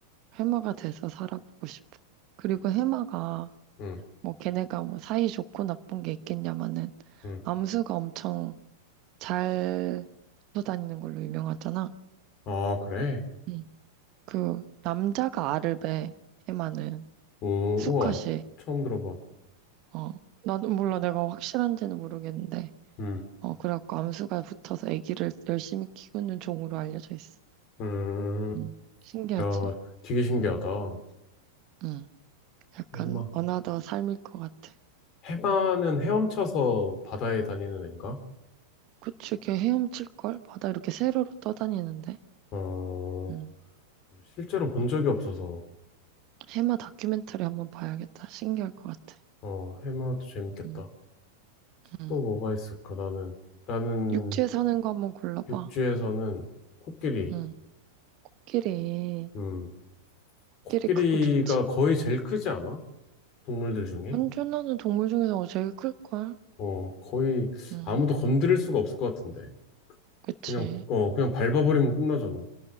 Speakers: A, on the right; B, on the left.
A: 해마가 돼서 살아보고 싶어. 그리고 해마가
B: 음,
A: 뭐 걔네가 뭐 사이 좋고 나쁜 게 있겠냐마는
B: 음.
A: 암수가 엄청 잘 붙어 다니는 걸로 유명하잖아.
B: 아, 그래?
A: 응. 그 남자가 알을 배 해마는
B: 오,
A: 수컷이
B: 우와. 처음 들어봐.
A: 어 나도 몰라 내가 확실한지는 모르겠는데
B: 음,
A: 어 그래갖고 암수가 붙어서 아기를 열심히 키우는 종으로 알려져 있어.
B: 음.
A: 응. 신기하지?
B: 야, 되게 신기하다.
A: 응. 약간
B: 해마.
A: 어나더 삶일 것 같아.
B: 해마는 헤엄쳐서 바다에 다니는 애인가?
A: 그치, 걔 헤엄칠걸? 바다 이렇게 세로로 떠다니는데.
B: 어,
A: 음.
B: 실제로 본 적이 없어서.
A: 해마 다큐멘터리 한번 봐야겠다. 신기할 것 같아.
B: 어, 해마도 재밌겠다.
A: 음. 음.
B: 또 뭐가 있을까, 나는. 나는
A: 육지에 사는 거 한번 골라봐.
B: 육지에서는 코끼리.
A: 응. 코끼리.
B: 음, 코끼리가
A: 코끼리 크고 좋지.
B: 거의 제일 크지 않아? 동물들 중에?
A: 환전하는 동물 중에서 제일 클걸?
B: 어, 거의
A: 응.
B: 아무도 건드릴 수가 없을 것 같은데.
A: 그치.
B: 그냥, 어, 그냥 밟아버리면 끝나잖아.